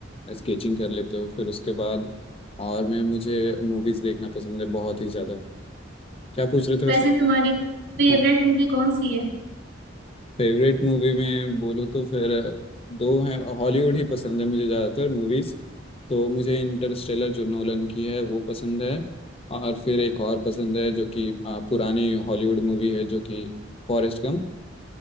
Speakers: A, on the left; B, on the right.
A: स्केचिंग कर लेते हो फिर उसके बाद और मैं मुझे मूवीज देखना पसंद है बहुत ही ज़्यादा क्या पूछ रहे थे वैसे
B: वैसे तुम्हारी फेवरेट
A: हाँ।
B: मूवी कौन सी है
A: फेवरेट मूवी में बोलूँ तो फिर दो हैं हॉलीवुड ही पसंद है मुझे ज़्यादातर मूवीज़ तो मुझे इंटरस्टेलर जो नोलन की है वो पसंद है और फिर एक और पसंद है जो कि आ, पुरानी हॉलीवुड मूवी है जो कि फॉरेस्ट गम